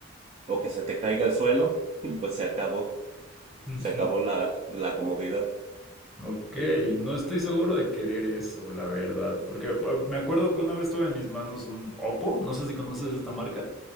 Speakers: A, on the right (about 30°); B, in the centre.
A: o que se te caiga al suelo, <laughs> pues se acabó.
B: <laughs>
A: Se acabó la, la comodidad.
B: Ok, no estoy seguro de querer eso, la verdad, porque ah, me acuerdo que una vez tuve en mis manos un Oppo, no sé si conoces esta marca.